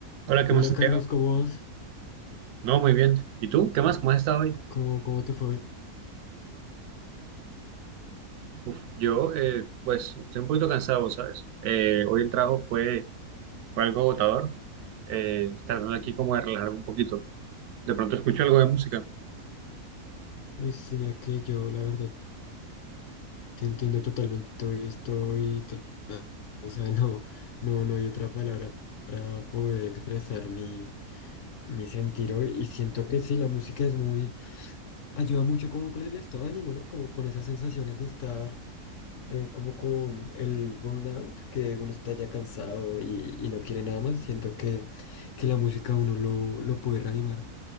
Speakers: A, on the right; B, on the left.
A: Hola, ¿qué
B: Hola
A: más, Santiago?
B: Carlos, ¿cómo vas?
A: No, muy bien. ¿Y tú? ¿Qué más? ¿Cómo has estado hoy?
B: ¿Cómo, cómo te fue hoy?
A: Uf, yo, eh, pues, estoy un poquito cansado, ¿sabes? Eh, hoy el trabajo fue, fue algo agotador, eh, tratando aquí como de relajarme un poquito. De pronto escucho algo de música.
B: Uy, sí, mira que yo la verdad te entiendo totalmente hoy estoy, to- o sea, <laughs> no, no, no hay otra palabra para poder expresar mi, mi sentir hoy y siento que sí, la música es muy, ayuda mucho como con el estado de ánimo, ¿no? Como con esas sensaciones de estar eh, como con el burnout, que uno está ya cansado y, y no quiere nada más, siento que, que la música a uno lo, lo puede reanimar.